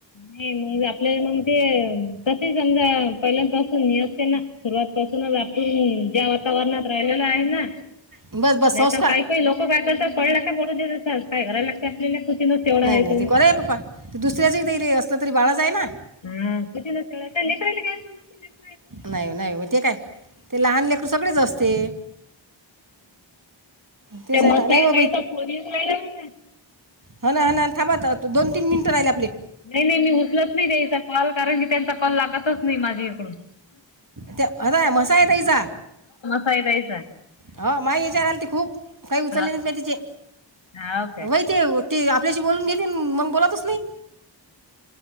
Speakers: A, on the left (about 80°); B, on the right (about 45°).
A: नाही मग आपल्याला मग ते तसे समजा पहिल्यापासून असते ना. सुरुवात पासूनच आपण ज्या वातावरणात राहिलेल आहे ना.
B: बस बस
A: नाही
B: संस्कार
A: काही काही लोक काय करतात पडला काय बोलू देत काय घरायला ला का आपल्याला कृतीनच तेवढा
B: नाही
A: आहे.
B: नाही
A: तो.
B: ते करय पप् ते दुसऱ्याच तरी असलं तरी बाळाच आहे ना.
A: हा क <unintelligible> न काय सम
B: नाही नाही म ते काय ते लहान ल त सगळेच असते. तेच
A: ते
B: आहे
A: मसाई
B: ना नाही बाबा
A: ताईचा फोन येऊन राहिला मला.
B: होना होना. थांब दोन तीन मिनटं राहिला आपलं.
A: नाही नाही मी उचलत नाही त्याचा कॉल कारण की त्यांचा कॉल लागतच नाही माझी इकडून.
B: ते आताय मसाय तै जा.
A: <unintelligible>
B: ह माय याच्यावर आली ते खूप काही उचलले
A: हा
B: नाही तिचे.
A: हाव काय.
B: वहि ते ते आपल्याशी बोलून घेते मग बोलतच नाही.